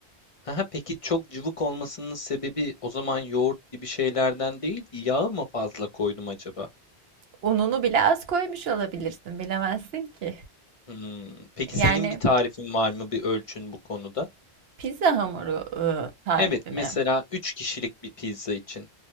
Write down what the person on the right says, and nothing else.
Ununu bile az koymuş olabilirsin, bilemezsin ki.
Yani
Pizza hamuru, ııı, tarifi
mi?